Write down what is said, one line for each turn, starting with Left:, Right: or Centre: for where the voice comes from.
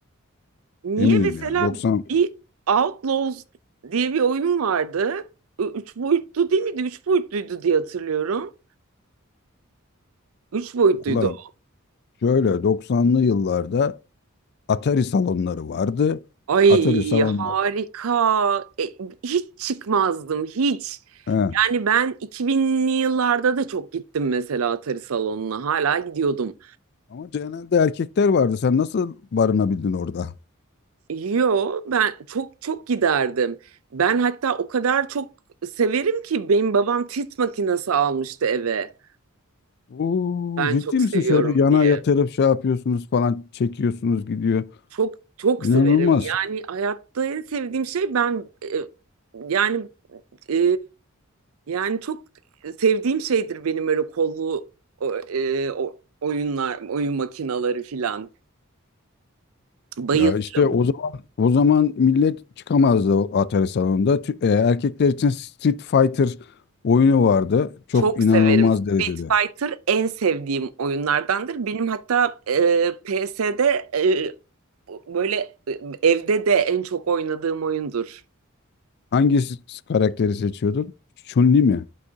Right: Niye
Left: Eminim
Right: mesela
Left: yani 90
Right: bir Outlaws diye bir oyun vardı. Ü- Üç boyutlu değil miydi? Üç boyutluydu diye hatırlıyorum. Üç boyutluydu.
Left: valla
Right: o.
Left: şöyle 90'lı yıllarda Atari salonları vardı.
Right: Ay
Left: Atari salonları.
Right: harika. E, hiç çıkmazdım hiç.
Left: He.
Right: Yani ben 2000'li yıllarda da çok gittim mesela Atari salonuna. Hala gidiyordum.
Left: Ama genelde erkekler vardı. Sen nasıl barınabildin orada?
Right: Yo ben çok çok giderdim. Ben hatta o kadar çok severim ki benim babam tit makinesi almıştı eve.
Left: Oo,
Right: Ben
Left: ciddi
Right: çok
Left: misin?
Right: seviyorum
Left: Şöyle yana
Right: diye.
Left: yatırıp şey yapıyorsunuz falan çekiyorsunuz gidiyor.
Right: Çok çok
Left: İnanılmaz.
Right: severim. Yani hayatta en sevdiğim şey ben e, yani e, yani çok sevdiğim şeydir benim öyle kollu o, e, o- oyunlar, oyun makinaları filan. Bayılırım.
Left: Ya işte o zaman o zaman millet çıkamazdı o Atari salonunda. Tü- e, erkekler için Street Fighter oyunu vardı. Çok
Right: Çok
Left: inanılmaz
Right: severim. Street
Left: derecede.
Right: Fighter en sevdiğim oyunlardandır. Benim hatta e, PS'de e, böyle e, evde de en çok oynadığım oyundur.
Left: Hangi s- karakteri seçiyordun? Chun-Li mi?